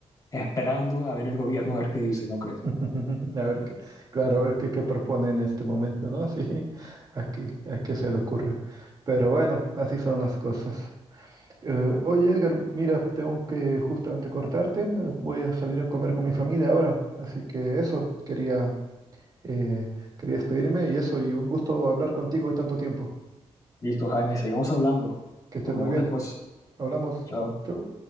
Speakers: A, on the left; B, on the right.
A: esperando a ver el gobierno a ver qué dice, ¿no crees?
B: <laughs> A ver qué, claro, a ver qué, qué propone en este momento, ¿no? <laughs> Sí, a qué, a qué se le ocurre. Pero bueno, así son las cosas. Eh, oye, Edgar, mira, tengo que justamente cortarte. eh, Voy a salir a comer con mi familia ahora. Así que eso, quería, eh, quería despedirme y eso, y un gusto hablar contigo de tanto tiempo.
A: Listo, Jaime, seguimos hablando.
B: Que estés
A: Nos
B: muy
A: vemos
B: bien.
A: después.
B: Hablamos.
A: Chao.
B: Chau.